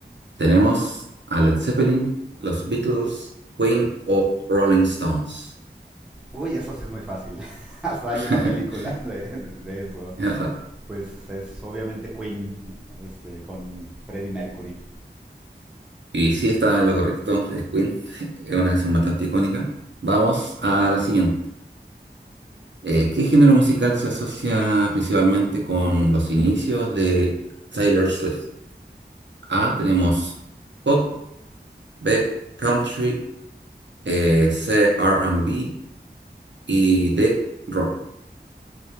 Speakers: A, on the right; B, in the centre.
A: ¿Tenemos a Led Zeppelin, los Beatles, Queen o Rolling Stones?
B: Uy, eso sí es muy fácil. <laughs> Hasta hay
A: <laughs>
B: una película <laughs> de, de eso.
A: Ajá.
B: Pues es obviamente Queen, este, con Freddie Mercury.
A: Y sí, está en lo correcto, es Queen, <laughs> es una canción bastante icónica. Vamos a la siguiente. Eh, ¿qué género musical se asocia principalmente con los inicios de Taylor Swift? A, tenemos pop, B, country, eh, C, R&B y D, rock.